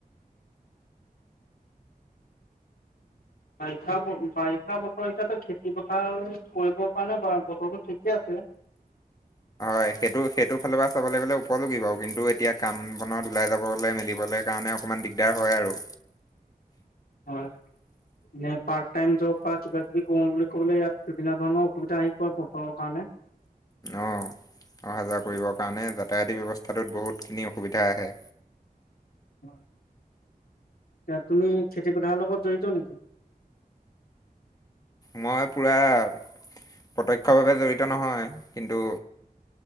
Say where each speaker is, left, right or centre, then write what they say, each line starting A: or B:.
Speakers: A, on the left; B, on the left.
A: <unintelligible> বাৰিষা- বাৰিষা বতৰ এতিয়াতো খেতি পথাৰ কৰিবৰ কাৰণে বা ব ঠিকে আছে
B: হয় সেইটো সেইটো ফালৰ পৰা চাবলৈ গ'লে উপযোগী বাৰু কিন্তু এতিয়া কাম বনত ওলাই যাবলৈ মেলিবলৈ কাৰণে অ অকণমান দিগদাৰ হয় আৰু।
A: হয় এ পাৰ্ট টাইম জব বা কিবা কিবি কৰো বুলি ক'বলে ইয়াত বিভিন্ন ধৰণৰ অসুবিধা আহি পৰে বতৰত কাৰণে <unintelligible>
B: অহ। অহা যোৱা কৰিবৰ কাৰণে যাতায়তি ব্যৱস্থাটোত বহুতখিনি অসুবিধা আহে।
A: অ এতিয়া তুমি খেতি পথাৰৰ লগত জড়িত নেকি?
B: মই পুৰা প্ৰত্যক্ষভাৱে জড়িত নহয় কিন্তু